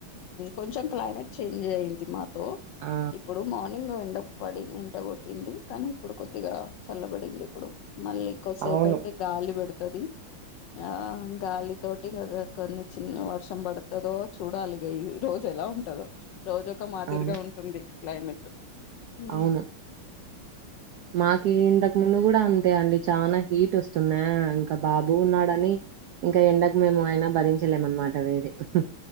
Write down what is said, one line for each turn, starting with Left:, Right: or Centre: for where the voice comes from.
Left: కొంచెం క్లైమేట్ చేంజ్ అయింది మాతో
Right: ఆ
Left: ఇప్పుడు మార్నింగ్ ఎండ పడింది ఎండ కొట్టింది కానీ ఇప్పుడు కొద్దిగా చల్లబడింది ఇప్పుడు మళ్ళీ కోద్ధి సేపు
Right: అవును
Left: అయితే గాలి పెడతది ఆ గాలి తోటి ఇంకా కొన్ని చిన్న వర్షం పడుతదో చూడాలి ఈ రోజు ఎలా ఉంటదొ రోజు ఒక మాదిరిగా
Right: అవును
Left: ఉంటుంది క్లైమేట్ ఊ
Right: అవును మాకి ఇంతకు ముందు కూడా అంత అంతే అండి చనా హీట్ వస్తున్నాయా ఇంకా బాబు ఉన్నాడని ఇంకా ఎండకు మేము ఆయినా భరించ భరించలేమన్నన మాట